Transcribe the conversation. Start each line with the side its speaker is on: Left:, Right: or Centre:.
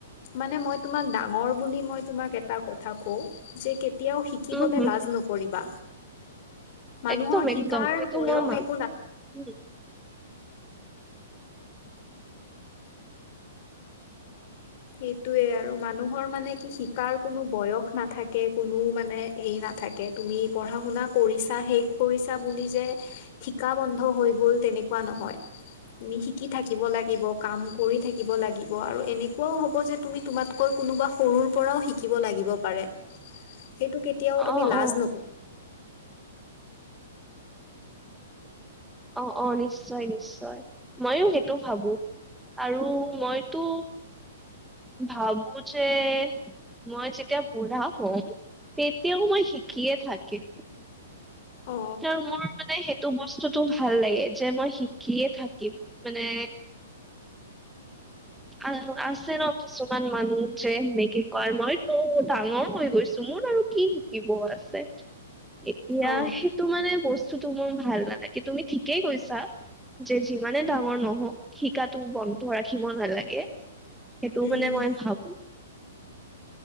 Left: মানে মই তোমাক ডাঙৰ বুলি মই তোমাক এটা কথা কওঁ যে কেতিয়াও শিকিবলৈ
Centre: উম, হুম,
Left: লাজ
Centre: হুম,
Left: নকৰিবা। মানুহৰ
Centre: একদম
Left: শিকাৰ
Centre: একদম সেইটো
Left: বয়স
Centre: মই মানো
Left: একো না
Centre: উম।
Left: সেইটোয়ে আৰু মানুহৰ মানে কি শিকাৰ কোনো বয়স নাথাকে কোনো মানে এই না থাকে তুমি পঢ়া-শুনা কৰিছা, শেষ কৰিছা বুলি যে শিকা বন্ধ হৈ গ'ল। এনেকুৱা নহয় তুমি শিকি থাকিব লাগিব, কাম কৰি থাকিব লাগিব আৰু এনে কোৱা হ'ব যে তুমি তোমাতকৈ কোনোবা সৰুৰ পৰাও শিকিব লাগিব পাৰে। সেইটো কেতিয়াও তুমি
Centre: অ',
Left: লাজ
Centre: অ',
Left: নক
Centre: অ, অ, নিশ্চয় নিশ্চয় ময়ো সেইটো ভাৱো। আৰু মইতো ভাবোঁ যে মই যেতিয়া বুঢ়া হ'ম, তেতিয়াও মই শিকিয়ে থাকিম।
Left: অ
Centre: তেওঁ মোৰ মানে হেটো টো বস্তুতটো ভাল লাগে যে, মই শিকিয়ে থাকিম মানে। আ-আছে ন কিছুমান মানুহ? যে সেনেকে কয় মই তো ডাঙৰ হৈ গৈছো। মোৰ আৰু কি শিকিব আছে? এতিয়া
Left: অ
Centre: সেইটো মানে বস্তুটো মোৰ ভাল নালাগে, তুমি ঠিকেই কৈছা যে যি যিমানে ডাঙৰ নহওঁক শিকাটো বন্ধ ৰাখিব নালাগে। গে সেইটো
Left: উম
Centre: মানে মই ভাবোঁ।